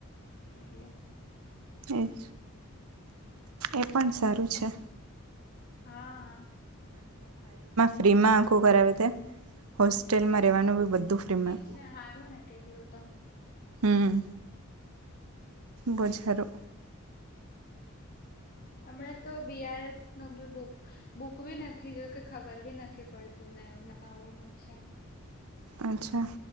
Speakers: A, on the left (about 45°); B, on the right (about 85°).
A: એટલે
B: એજ એ પણ સારું છે.
A: હા
B: ફ્રી માં આખું કરાવી ત્યા હોસ્ટેલમાં રહેેવાનું બી બધું ફ્રીમાં
A: એજ ને હારું ને કેટલું તો
B: હમ. બોજ‌ હારુ
A: હમણાં તો બીઆર એફનુ બુક બુક ભી નથી જોવ કે ખબર બી નથી પડતું એ નવું હું છે.
B: અચ્છા